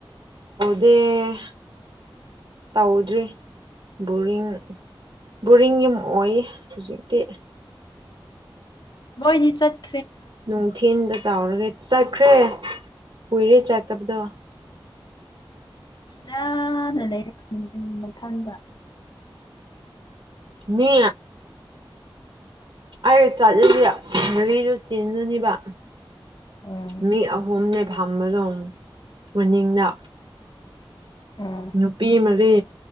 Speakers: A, on the right; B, on the left.
A: ꯗꯦ ꯇꯧꯗ꯭ꯔꯤ ꯕꯣꯔꯤꯡ ꯕꯣꯔꯤꯡ ꯌꯨꯝ ꯑꯣꯏ ꯍꯨꯖꯤꯛꯇꯤ
B: ꯃꯣꯏ ꯅꯤꯆꯠ
A: ꯅꯨꯡꯊꯤꯟꯗ ꯇꯥꯎꯔꯒꯦ ꯆꯠꯈ꯭ꯔꯦ ꯀꯨꯏꯔꯦ ꯆꯠꯀꯕꯗꯣ
B: ꯌꯥꯅ ꯂꯩ ꯃꯥꯊꯟꯗ
A: ꯃꯤ ꯑꯩ ꯆꯠꯂꯤꯗꯤ ꯃꯔꯤꯗꯨ ꯆꯤꯟꯅꯨꯅꯤꯕ
B: ꯎꯝ
A: ꯃꯤ ꯑꯍꯨꯝꯅꯦ ꯐꯝꯕꯗꯣ ꯃꯅꯤꯡꯗ
B: ꯎꯝ
A: ꯅꯨꯄꯤ ꯃꯔꯤ